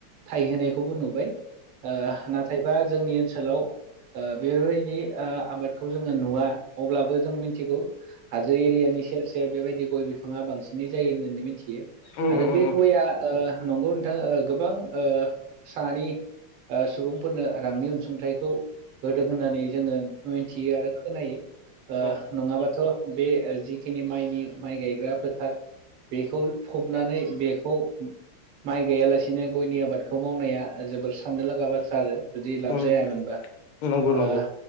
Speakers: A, on the right; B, on the left.
A: थाइहोनायखौबो नुबाय नाथाय नाथायबा जोंनि ओनसोलाव बेफोरबायदि आबाद खौ जोंङो नुवा अब्लाबो जों मिथिगौ हाजो एरियानि सेर सेर बेबायदि गय बिफांङा बांसिनै जायो होननानै मिथियो।
B: उम
A: आरो बे
B: उम
A: गय नंगौ नोंथां गोबां सानि सुबुंफोरनो रांनि अनसुंथाइखौ होदों होननानै जोंङो मिथियो आरो खोनायो।
B: उम
A: नंङाबाथ' बे जिखिनि माइनि माइ गायग्रा फोथार बेखौ फबनानै बेखौ माइ गायालासिनो गयनि आबादखौ मावनाया जोबोर साननो लागा बाथ्रा आरो। जुदि लाब
B: उम
A: जायामोनबा
B: नंगौ
A: आं
B: नंगौ